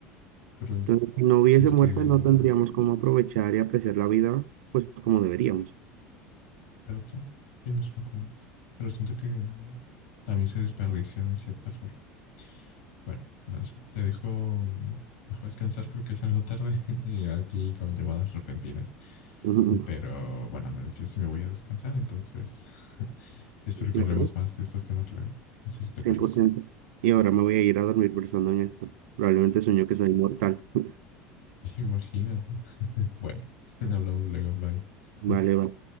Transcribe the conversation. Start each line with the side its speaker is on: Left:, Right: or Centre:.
Left: Pero
Right: Entonces, si no hubiese
Left: siento
Right: muerte,
Left: que
Right: no tendríamos cómo aprovechar y apreciar la vida, pues como deberíamos.
Left: Cierto, tienes un punto, pero siento que mm, también se desperdicia de cierta forma. Bueno, no sé, te dejo, te dejo descansar, creo que es algo tarde <laughs> y aquí con llamadas repentinas,
Right: <laughs>
Left: pero bueno, al menos yo sí me voy a descansar, entonces <laughs> espero que
Right: Claro,
Left: hablemos más de estos temas luego. No sé si te
Right: cien
Left: parece.
Right: por ciento. Y ahora me voy a ir a dormir pensando en esto. Probablemente sueño que soy inmortal. <laughs>
Left: <laughs> Imagínate. <laughs> Bueno, <laughs> hablamos luego, bye.
Right: Vale,
Left: <laughs>
Right: vale.